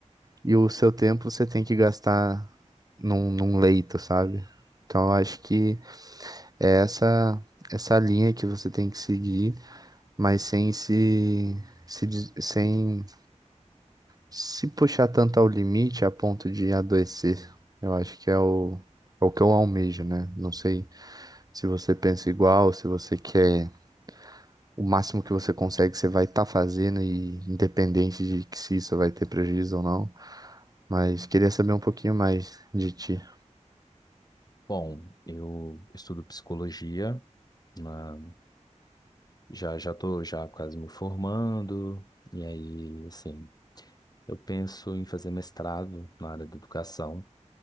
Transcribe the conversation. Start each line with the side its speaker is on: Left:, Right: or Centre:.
Right: e o seu tempo você tem que gastar num, num leito, sabe? Então eu acho que É essa essa linha que você tem que seguir, mas sem se, se des- sem se puxar tanto ao limite a ponto de adoecer. Eu acho que é o, é o que eu almejo, né? Não sei se você pensa igual, se você quer o máximo que você consegue, você vai estar fazendo e independente de que se isso vai ter prejuízo ou não. Mas queria saber um pouquinho mais de ti.
Left: Bom, eu estudo psicologia, na- já já tô já quase me formando, e aí, assim. Eu penso em fazer mestrado na área da educação,